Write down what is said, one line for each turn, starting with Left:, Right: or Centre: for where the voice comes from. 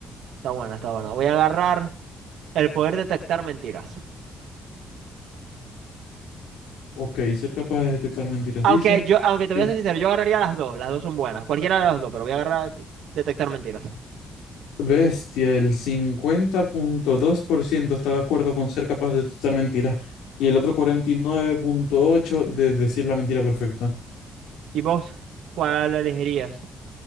Right: está buena, está buena. Voy a agarrar el poder detectar mentiras.
Left: Ok, ser capaz de detectar mentiras.
Right: Aunque
Left: Dice.
Right: yo, aunque te
Left: que
Right: voy a ser sincero, yo agarraría las dos, las dos son buenas, cualquiera de las dos, pero voy a agarrar de- detectar mentiras.
Left: Bestia, el cincuenta punto dos por ciento está de acuerdo con ser capaz de detectar mentiras y el otro 49.8% de decir la mentira perfecta.
Right: ¿Y vos? ¿Cuál elegirías?